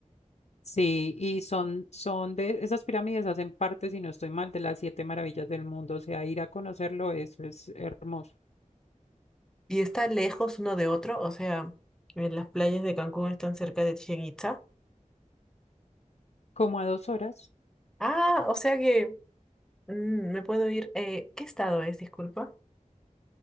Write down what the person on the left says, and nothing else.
sí, y son, son de, esas pirámides hacen parte, si no estoy mal, de las siete maravillas del mundo. O sea, ir a conocerlo, eso es hermoso.
Como a dos horas,